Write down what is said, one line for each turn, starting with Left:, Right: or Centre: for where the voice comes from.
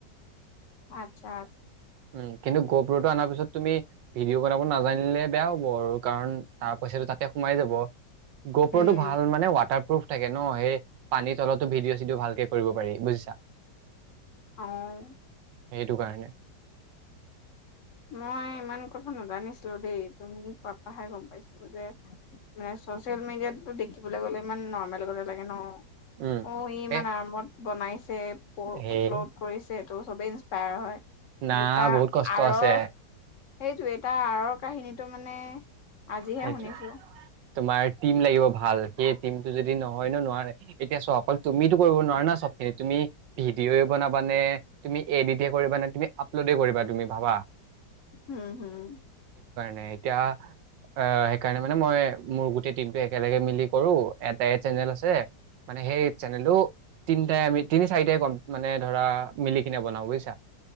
Left: আচ্ছা
Right: উম কিন্তু গোপটো অনাৰ পিছত তুমি ভিডিঅ' বনাব নাজানিলে বেয়া হ'ব আৰু। কাৰণ তাৰ পইচাটো তাতে সোমাই যাব গোপৰটো
Left: উম
Right: ভাল মানে ৱাটাৰপ্ৰুফ থাকে ন সেই পানীৰ তলতো ভিডি চিডিও ভালকে কৰিব পাৰি বুজিছা
Left: অহ
Right: সেইটো কাৰণে।
Left: মই ইমান কথা নাজানিছিলো দেই তুমি কত অহাই গম পাইছিলো যে মানে চচিয়েল মিডিয়াতটো দেখিবলৈ গ'লে ইমান নৰ্মেল গতে লাগে ন
Right: উম।
Left: অ ই ইমান
Right: এ
Left: আৰামত বনাইছে
Right: হেই
Left: আপলোড কৰিছে ত চবেই ইনস্পায়াৰ হয়। কিন্তু
Right: না
Left: তাৰ
Right: বহুত কষ্ট
Left: আৰৰ
Right: আছে।
Left: সেইটো এটা আঁৰৰ কাহিনীটো মানে আজিহে
Right: সেইটো
Left: শুনিছো
Right: তোমাৰ টিম লাগিব ভাল সেই টিম টো যদি নহয় ন নোৱাৰে এতিয়া চ অকল তুমিতো কৰিব নোৱাৰা না। হে তুমি ভিডিঅ বনাবা নে তুমি এডিটে কৰিবা নে তুমি আপলোডে কৰিবা তুমি ভাবা
Left: হম হম।
Right: নে এতিয়া আহ সেইকাৰণে মানে মই মোৰ গোটেই টিম একেলগে মিলি কৰো এটাই চেনেল আছে। মানে সেই চেনেলটো। তিনিটাই আমি তিনি চাৰিটাই কম মানে ধৰা মিলি কিনে বনাওঁ বুজিছা